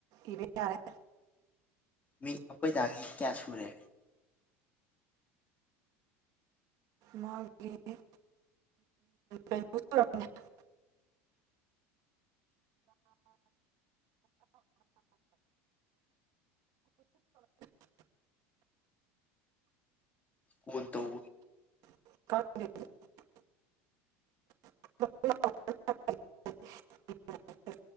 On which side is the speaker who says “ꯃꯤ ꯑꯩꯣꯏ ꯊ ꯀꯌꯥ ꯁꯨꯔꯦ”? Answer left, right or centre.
Left